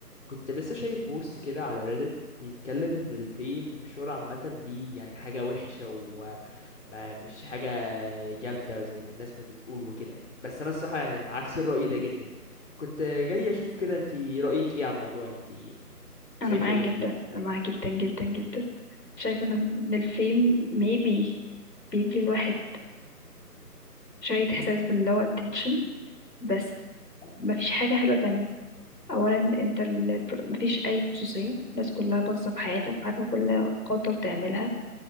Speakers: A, on the left; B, on the left.
A: كنت لسه شايف بوست كده على ريدت بيتكلم ان الفيم والشهرة عامة دي يعني حاجة وحشة وما مش حاجة جامدة زي ما الناس ما بتقول وكده بس انا الصراحة يعني انا عكس الرأي ده جدا كنت جاي اشوف كده انتي رأيك ايه على الموضوع انتي
B: انا
A: شايفة
B: معاه
A: ايه
B: جدا
A: في الحتة
B: انا معاه
A: دي
B: جدا جدا جدا شايفه ان إن الفيم maybe بيدي الواحد شويه احساس باللي هو attention بس
A: آه،
B: مفيش حاجه حلوه تانية اولا انت ال... مفيش اي خصوصيه الناس كلها باصه في حياتك وعارفه كل خطوه بتعملها